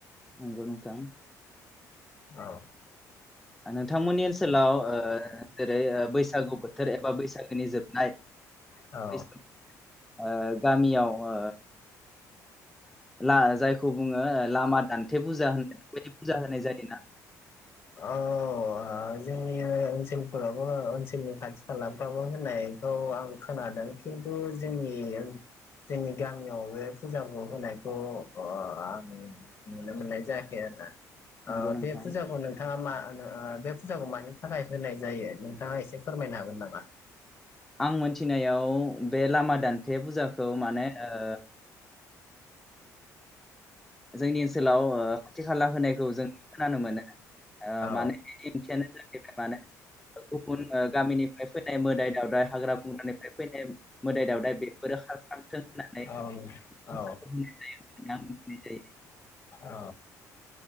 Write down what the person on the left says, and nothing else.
औ
औ
अ ओ जोंनि ओनसोलफोरावबो ओनसोलनि खाथि खालाफ्रावबो होनायखौ आं खोनादों खिन्थु जोंनि ओन जोंनि गामियाव बे फुजाखौ होनायखौ ओ आं नुनो मोननाय जायाखै आरोना
आ
बे फुजाखौनो <unintelligible> बे फुजाखौ मानि थाखाय होनाय जायो नोंथांङा एसे फोरमायनो हागोन नामा
औ
औ
औ
औ